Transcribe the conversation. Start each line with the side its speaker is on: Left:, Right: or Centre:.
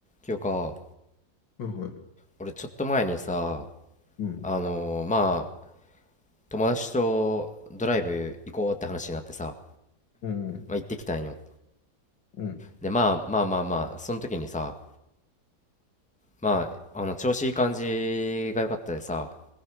Centre: 今日か、
Left: はいはい。
Centre: 俺ちょっと前にさ、
Left: うん、
Centre: あのーまあ、友達とドライブ行こうって話になってさ、
Left: うん、
Centre: まあ、行ってきたんよ。
Left: うん、
Centre: で、まあまあまあまあ、その時にさ、まあ、あの、調子いい感じが良かったでさ、